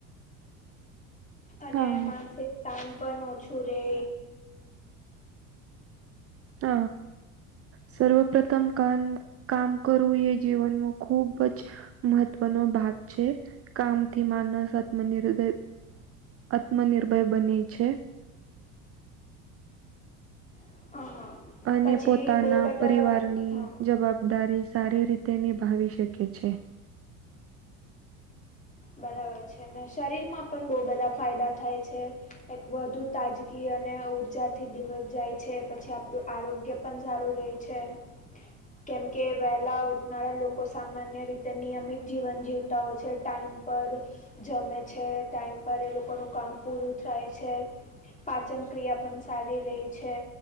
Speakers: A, on the left; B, on the right.
A: અને
B: હા.
A: માનસિક તણ પણ ઓછું રહે
B: હ સર્વ પ્ર્રથમ કાન કામ કરવું એ જીવનનો ખુબ જ મહત્વનો ભાગ છે કામથી માનસ આત્મનિર્ભ આત્મનિર્ભર બને છે
A: હા
B: અને
A: પછી
B: પોતાના
A: બહુ બધા
B: પરિવારની
A: હા
B: જવાબદારી સારી રીતે નિભાવી શકે છે
A: બરાબર છે ને શરીરમાં પણ બહુ બધા ફાયદા થાય છે એક વધુ તાજગી અને ઉર્જાથી દિવસ જાય છે પછી આપણું આરોગ્ય પણઝાડું રહેે છે કેમકે વહેલાં ઉઠનારા લોકો સામાન્ય રીતે નિયમિત જીવન જીવતા હોય છે ટાઈઇમ પર જમે છે ટાઈમ પર એ લોકોનું કામ પૂરું થાય છે પાચન ક્રિયા પણ સારી રહી છે